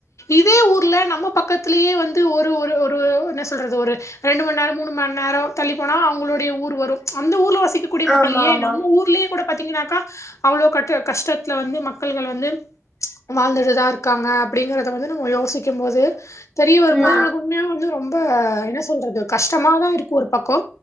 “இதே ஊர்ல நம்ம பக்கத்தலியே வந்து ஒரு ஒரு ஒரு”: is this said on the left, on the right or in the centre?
Left